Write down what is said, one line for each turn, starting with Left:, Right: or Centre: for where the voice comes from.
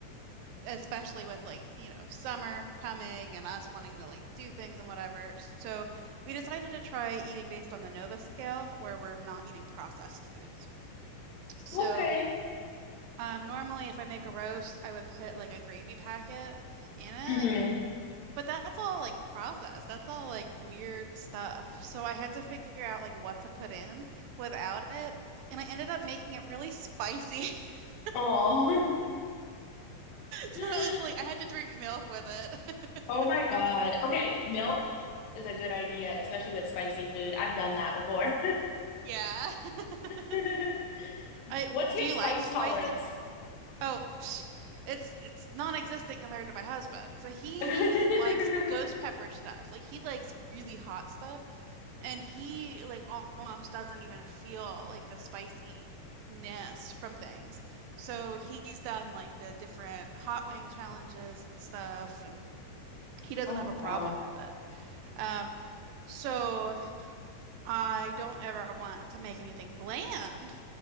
Right: <laughs> especially with like, you know, summer coming and us wanting to like do things and whatever. So we decided to try eating based on the Nova scale, where we're not eating processed foods. So,
Left: Okay.
Right: um, normally if I make a roast, I would put like a gravy packet in it
Left: hmm
Right: But that's all like process. That's all like weird stuff. So I had to figure out like what to put in without it. And I ended up making it really spicy. <laughs>
Left: Oh.
Right: So
Left: <laughs>
Right: it was like I had to drink milk with it.
Left: Oh my God.
Right: <laughs>
Left: Okay, milk is a good idea, especially with spicy food. I've done that before.
Right: Yeah. <laughs>
Left: <laughs>
Right: I
Left: What's your
Right: do you
Left: spice
Right: like spicy?
Left: tolerance?
Right: Oh, psh, it's it's non-existent compared to my husband. So he
Left: <laughs>
Right: likes ghost pepper stuff. Like he likes really hot stuff. And he like almost doesn't even feel like the spiciness from things. So he's done like the different hot wing challenges and stuff, and he doesn't
Left: Oh my
Right: have a problem
Left: God.
Right: with it. Um, so I don't ever want to make anything bland.